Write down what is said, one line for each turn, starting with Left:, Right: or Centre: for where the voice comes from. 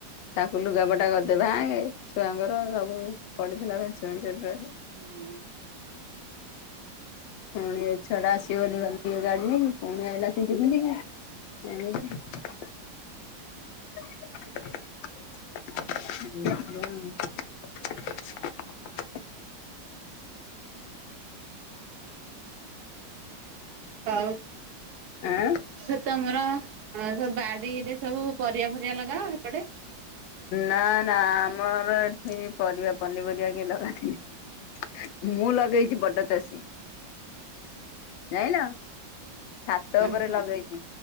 Left: ତାକୁ ଲୁଗାପଟା ଗଦେ ଭାଙ୍ଗେ ଛୁଆଙ୍କର ସବୁ। ଉୁଁ ପଡିଥିଲା ମେଞ୍ଚେ ମେଞ୍ଚେ ଡ୍ରେ
Right: ହୁଁ
Left: ଉୁଁ ଏ ଛଡା ଆସିବ <unintelligible> ଗାଡି ନେଇ ପୁଣି ଆଇଲା ତିନ୍ତି ତିନ୍ତି କି ଏମିତି। <inaudible> ଆଉ। <inaudible>
Right: ଆଉ।
Left: ଆଁ
Right: ସେ ତମର ଅ ସବୁ ବାଡିରେ ସବୁ ପରିବା ଦିଅ ଲଗାଅ ଏପଟେ।
Left: ନା ନା ଆମର ଏଠି ପରିବା ପନିପରିବା କିଏ ଲଗାନ୍ତିନି। ମୁଁ ଲଗେଇଚ଼ି ବଡ଼ ଚାଷୀ। ଜାଇଁଲ ଛାତ
Right: ହଁ
Left: ଉପରେ
Right: ହଁ
Left: ଲଗେଇଚ଼ି।